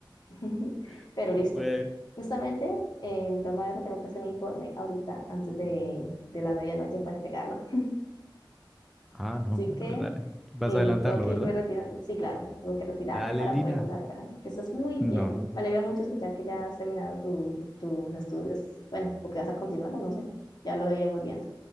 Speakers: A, on the left; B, in the centre.
A: <laughs>
B: <laughs>
A: Pero listo.
B: Tú puedes.
A: Justamente en torno a eso tengo que hacer un informe ahorita antes de, de la medianoche para entregarlo.
B: Ah, no,
A: Así
B: bueno,
A: que
B: pues dale. Vas
A: eh,
B: a adelantarlo,
A: tengo que
B: ¿verdad?
A: irme retirando. Sí, claro, tengo que retirarme
B: Dale,
A: para
B: Lina.
A: poder comenzar a trabajar. Que estás muy
B: No.
A: bien. Me alegra mucho escuchar que ya has terminado tu- tus estudios. Bueno, porque vas a continuarlos, no sé. Ya lo iremos viendo.